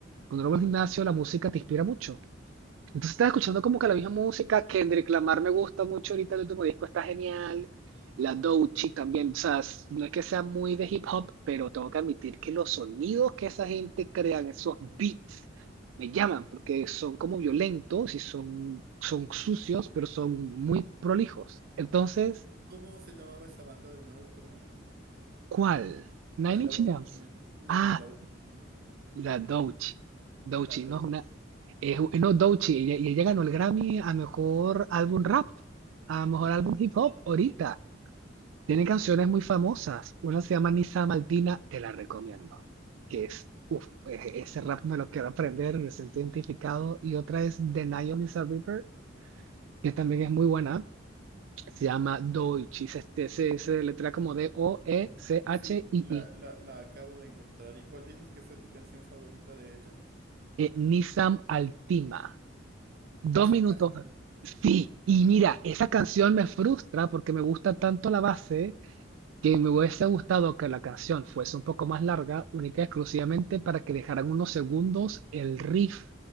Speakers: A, on the right; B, on the right.
A: cuando uno va al gimnasio, la música te inspira mucho. Entonces estás escuchando como que la misma música, Kendrick Lamar me gusta mucho ahorita, el último disco está genial, la Doechii también, o sea, s- no es que sea muy de hip hop, pero tengo que admitir que los sonidos que esa gente crean, esos beats, me
B: ujú.
A: llaman, porque son como violentos y son, son sucios, pero son muy prolijos. Entonces,
B: ¿Cómo se llamaba esa banda de nuevo, perdón?
A: ¿cuál? Nine
B: La, la
A: Inch
B: última
A: Nails.
B: que mencioné. No,
A: Ah,
B: no, la última que mencioné.
A: la Doechii. Doechii,
B: La Doge.
A: no, Es, es no, Doechii, ella, y ella ganó el Grammy a mejor álbum rap, a mejor
B: Ah,
A: álbum hip hop, ahorita. Tiene canciones muy famosas. Una se llama Nisa Maltina, te la recomiendo. Que es, uff, ese rap me lo quiero aprender, me siento identificado. Y otra es The Night on Lisa River, que también es muy buena. Se llama Doechii, se, se, se, se letra como D-O-E-C-H-I-I.
B: sí, sí, la,
A: i i
B: la, la acabo de encontrar. ¿Y cuál dices que fue tu canción favorita de ella?
A: eh, Nisam Altima. Dos
B: Nissan
A: minutos.
B: Ashca.
A: Sí, y mira, esa canción me frustra porque me gusta tanto la base que me hubiese gustado que la canción fuese un poco más larga, única y exclusivamente para que dejaran unos segundos el riff